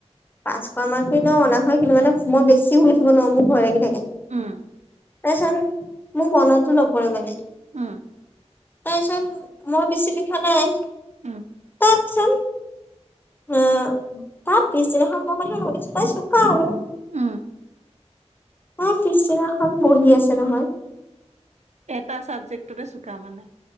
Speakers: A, on the left; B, on the right.
A: পাছোৱা মক ন অনা হয় কিন্তু মানে মই বেছি বুলিুল চব নোৱাৰো মোৰ ভয় লাগি থাকে। <unintelligible>
B: উম।
A: তাৰ পাছত মোৰ মনতো নপৰে মানে।
B: উম।
A: তাৰপিছত মই বেছি লিখা নাই।
B: উম।
A: তাৰপাছত। হ তাৰ পিছদিনাখন মই মানে শলছো তাই চুকা হলো। <unintelligible>
B: উম,
A: ন পিচদিনাখন বহি আছে নহয়।
B: এটা ছাবজেক্টতে চুকা মানে।